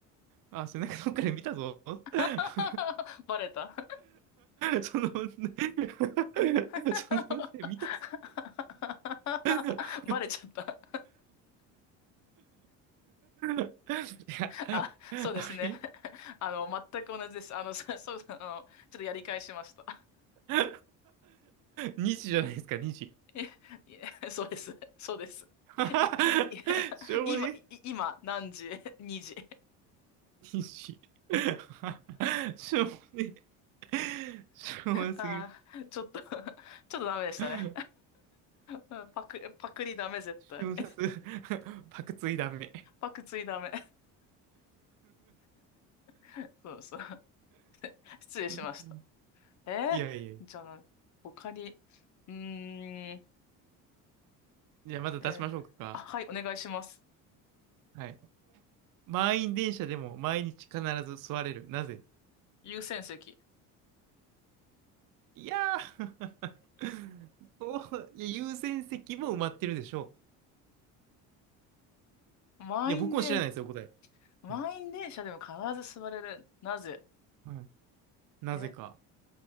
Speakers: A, on the right; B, on the left.
A: あ、背中どっかで見たぞ。<laughs>
B: <laughs> バレた。
A: その問 <laughs>
B: <laughs>
A: その問見たぞ。<laughs>
B: バレちゃった。
A: いや、
B: あ、そうですね。
A: あれ
B: あの、全く同じです。あの、そそう、あの、ちょっとやり返しました。
A: <laughs> ?2 時じゃないですか、2時。
B: いえ、いえ、そうです。そうです。
A: <laughs>
B: い、い
A: しょうもね。
B: 今、い今、何時 ?2 時。
A: 西。<laughs> しょうもねえ。しょうもなすぎる。
B: ああ、ちょっと、ちょっとダメでしたね。
A: <laughs>
B: うんパク、パクリダメ、絶対。
A: 瞬殺。パクついダメ。
B: <laughs> パクついダメ。<laughs> そうそう。<laughs> 失礼しました。
A: ひでえな
B: えー、
A: いやいやいや。
B: じゃあな、他に、うーん、え
A: じゃあまた出しましょうか。
B: ーあ、はい、お願いします。
A: はい。満員電車でも毎日必ず座れる。なぜ
B: 優先席。
A: いやー <laughs> そういや優先席も埋まってるでしょ
B: 満員で、
A: う。いや、僕も知らないですよ、答え。
B: 満員電車でも必ず座れる。
A: はい。
B: なぜ
A: はいなぜか。
B: え